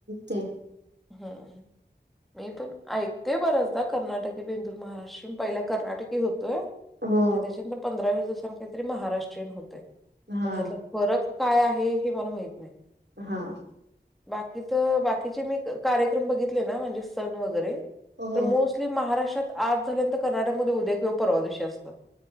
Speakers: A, on the right (about 70°); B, in the centre.
A: ते
B: हम् मी पण ऐकते बराचदा कर्नाटकी बेंदूर महाराष्ट्र पहिला कर्नाटकी होतोय आणि
A: हो
B: त्याच्यानंतर पंधरा वीस दिवसां काहीतरी महाराष्ट्रीयन होतंय
A: हा
B: पण यातला फरक काय आहे हे मला माहित नाही.
A: हा
B: बाकी तर बाकीचे मी कार्यक्रम बघितले ना म्हणजे सण वगैरे
A: हो
B: तर मोस्टली महाराष्ट्रात आज झाल्यानंतर कर्नाटकमध्ये उद्या किंवा परवा दिवशी असतात.